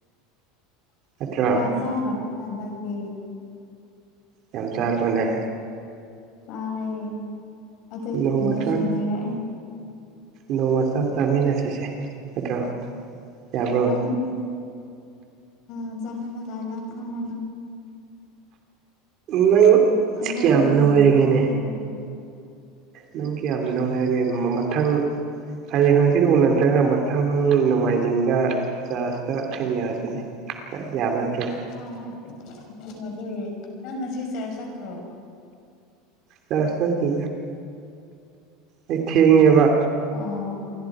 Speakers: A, on the left (about 45°); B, on the right (about 40°).
A: <unintelligible>
B: ꯑꯠꯇ
A: ꯆꯥꯡ꯭ꯔꯗ
B: ꯌꯥꯝ ꯆꯥꯔꯕꯅꯦ
A: ꯇꯥꯔꯦ ꯑꯗꯨꯗꯤ
B: ꯅꯣꯡꯃ
A: ꯅꯣꯏꯁꯨ
B: ꯆꯥꯛ
A: ꯅꯣꯏꯔꯛꯑꯦ
B: ꯅꯣꯡꯃ ꯆꯥꯛ ꯆꯥꯃꯤꯟꯅꯁꯤꯁꯦ ꯅꯠꯇ꯭ꯔꯣ ꯌꯥꯕ꯭ꯔꯣ
A: ꯑꯗꯨꯅꯦ ꯎ ꯆꯃꯅ ꯀꯥꯏꯅ ꯍꯥꯀ ꯅ
B: ꯅꯪ
A: ꯍꯟꯗꯛꯇꯤ
B: ꯀꯌꯥꯝꯅ
A: ꯌꯥꯝ
B: ꯑꯣꯏꯔꯒꯦꯅꯦ
A: ꯆꯥꯈ꯭ꯔꯦ ꯍꯥꯏꯔ
B: ꯅꯪꯒꯤ ꯌꯥꯝ ꯅꯨꯡꯉꯥꯏꯔꯒꯦ
A: ꯈꯔ
B: ꯃꯊꯪ ꯍꯌꯦꯡ ꯍꯪꯆꯤꯠ ꯎꯅꯗ꯭ꯔꯒ ꯃꯊꯪ ꯅꯣꯡꯃꯥꯏꯖꯤꯡꯗ ꯆ ꯊꯦꯡꯅꯔꯁꯤꯅꯦ ꯌꯥꯕ ꯅꯠꯇ꯭ꯔꯣ
A: ꯍ ꯍꯣꯏ ꯊꯦꯡꯁꯦ ꯅꯪ ꯉꯁꯤ ꯆꯔ ꯆꯠꯇ꯭ꯔꯣ
B: ꯆ ꯁꯠꯗ
A: <unintelligible>
B: ꯑꯩ ꯊꯦꯡꯉꯦꯕ
A: ꯑꯣ